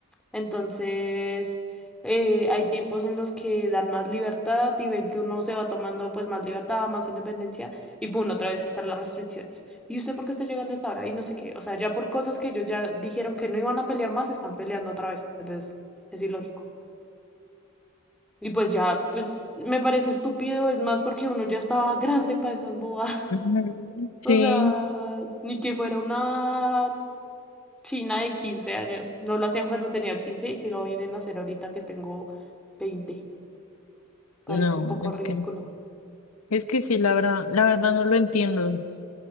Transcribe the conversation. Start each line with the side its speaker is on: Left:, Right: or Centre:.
Centre: Entonces, eh, hay tiempos en los que dan más libertad y ven que uno se va tomando pues más libertad, más independencia y pum, otra vez están las restricciones. ¿Y usted por qué está llegando a esta hora? Y no sé qué. O sea, ya por cosas que ellos ya dijeron que no iban a pelear más, están peleando otra vez. Entonces, es ilógico. Y pues ya, pues me parece estúpido, es más porque uno ya estaba <laughs> grande para esas bobadas. <laughs>
Left: Ujú.
Centre: O
Left: sí.
Centre: sea, ni que fuera una China de 15 años. No lo hacían cuando tenía 15 y si lo vienen a hacer ahorita que tengo 20, Parece
Left: No,
Centre: un poco
Left: es
Centre: ridículo.
Left: que, es que sí, la verdad, la verdad no lo entiendo.